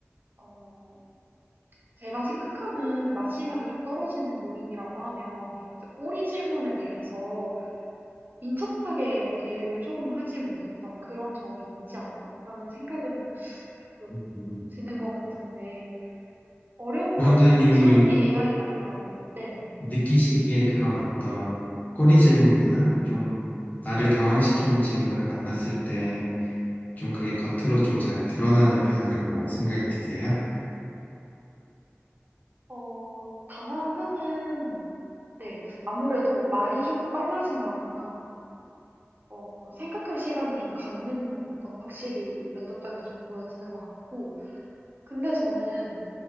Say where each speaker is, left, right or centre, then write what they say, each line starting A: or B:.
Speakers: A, on the right (about 40°); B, on the left (about 35°).
A: 어, 제가 생각하는 마지막에 좀 떨어지는 요인이라고 하면 이제 꼬리 질문에 대해서 민첩하게 대응을 조금 하지 못했던 그런 점이 있지 않나? 라는 생각은 조금
B: 음,
A: 드는 것 같은데 어려운 것
B: 위원장님이
A: 같아요. 이게 사람이 AI가 아니다 보니. 네네네.
B: 느끼시기에 그런 어떤 꼬리 질문이나 좀 나를
A: 네.
B: 당황시키는 질문을 만났을 때 좀
A: 네.
B: 그게 겉으로 좀 잘 드러나는 편이라고 생각이 드세요?
A: 어, 당황하는, 네, 아무래도 말이 조금 빨라진다거나, 어, 생각할 시간을 좀 갖는 건 확실히 면접장에서 좀 보여지는 것 같고, 근데 저는,